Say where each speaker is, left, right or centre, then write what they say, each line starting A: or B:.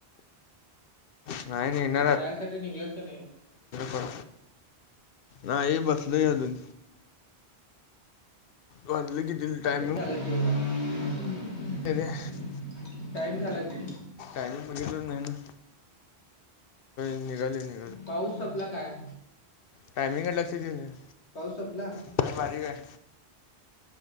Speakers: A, on the left; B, on the left.
A: नाही नाही निघणार.
B: जायसाठी निघलास का नाही?
A: पण नाही बसलोय अजून. वाजले किती? टायमिंग
B: वेळ झाला की बाबा,.
A: <unintelligible>
B: <inaudible> टाईम झाला की.
A: टायमिंग बघितलाच नाही ना. निघालेली
B: पाऊस सपला काय?
A: टायमिंगकड लक्ष दिलं नही.
B: पाऊस संपला
A: <inaudible> काय भाजी काय?